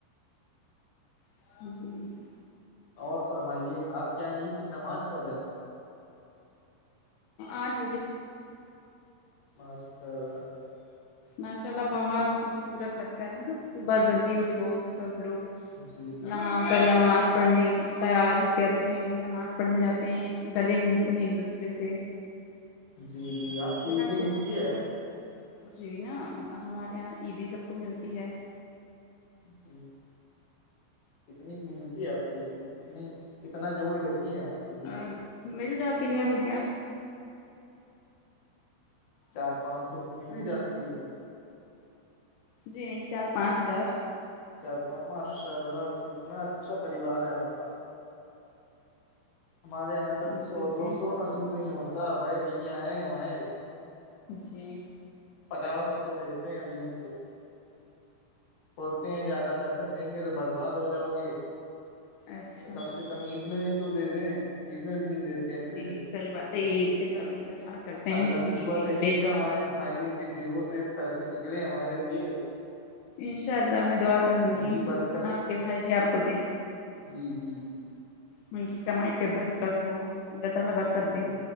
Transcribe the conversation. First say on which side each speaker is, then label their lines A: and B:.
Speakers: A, on the left; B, on the left.
A: <inaudible>
B: اور فرمائیے آپ کے یہاں عید کی نماز کب ہے
A: اٹھ
B: مسء اللہ
A: ماشاء اللہ بہت خوبصورت لگتا ہے مطلب صبح جلدی اٹھو سب لوگ
B: جی
A: نہا کر نماز پڑھنے کی تیاری کرتے ہیں نماز پڑھنے جاتے ہیں گلے ملتے ہیں ایک دوسرے سے
B: جی جی آپ کو
A: اتنا
B: عیدی
A: خوبصورت
B: ملتی ہے
A: جی نا ہمارے یہاں عیدی سب کو ملتی ہے
B: <unintelligible> کتنی ملتی ہے آپ کو بھی کتنی کتنا جوڑ لیتی ہیں آپ عیدی
A: ا
B: میں
A: مل جاتی ہے وہ کیا
B: چار پانچ سو تو مل ہی جاتی ہوگی
A: جی نہیں چار پانچ ہزار
B: چار پان ماشاء اللہ کتنا اچھا پریوار ہے آپ کا ہمارے یہاں تو
A: جی
B: سو دو
A: جی
B: سو نصیب نہیں ہوتا بڑے بھیا ہیں وہے
A: جی
B: پچاس روپئے دیتے ہیں ابھی ہم کو بولتے ہیں زیادہ پیسہ دیں گے تو برباد ہو جاؤ گے
A: اچھا
B: تو کم سے ک کم عید میں تو دے دیں عید میں بھی نہیں دیتے اچھے
A: جی
B: سے
A: صحیح بات ہے عید پہ سب انتظار کرتے
B: اللہ
A: ہیں ہمیں
B: سے
A: عیدی
B: دعا کریے
A: ملے
B: گا
A: گی
B: ہمارے بھائیوں کو کہ جیو سے پیسے نکلے ہمارے لیے
A: انشاء اللہ میں دعا کروں
B: ان
A: گی
B: کی برکت
A: آپ کے بھائی بھی آپ کو دیں
B: جی جی
A: ان کی کمائی پہ برکت ہو اللہ تعالا برکت
B: جی
A: دیں